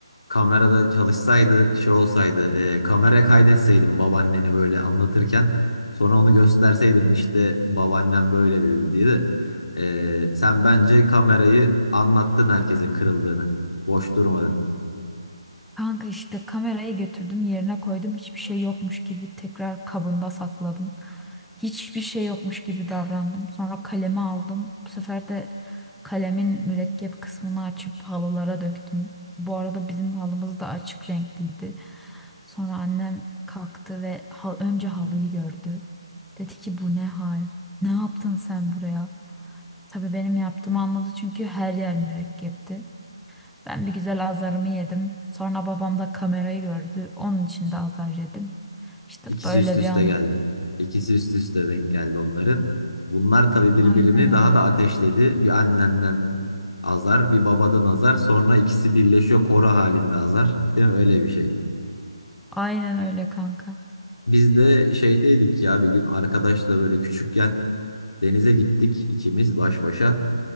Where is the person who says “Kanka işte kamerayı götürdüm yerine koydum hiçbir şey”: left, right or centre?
Centre